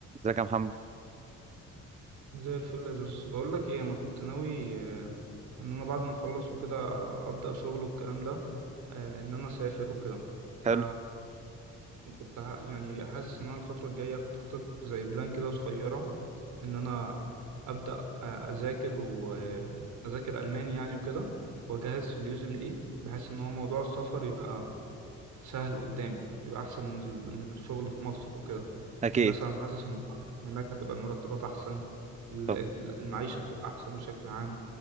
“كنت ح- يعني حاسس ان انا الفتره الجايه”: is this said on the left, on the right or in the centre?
Right